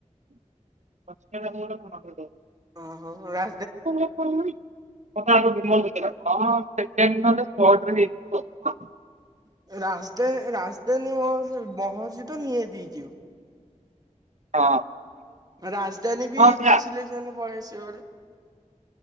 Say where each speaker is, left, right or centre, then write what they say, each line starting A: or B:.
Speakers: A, on the right (about 65°); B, on the right (about 30°).
A: <unintelligible>
B: ଓ ହୋ ରା
A: <unintelligible> <unintelligible>
B: <unintelligible>
A: ହଁ।
B: ରାଜଧାନୀ ବି
A: ସେଇଆ
B: ଫାଶିଲେଶନରେ ପଳେଇ ଆସିବ।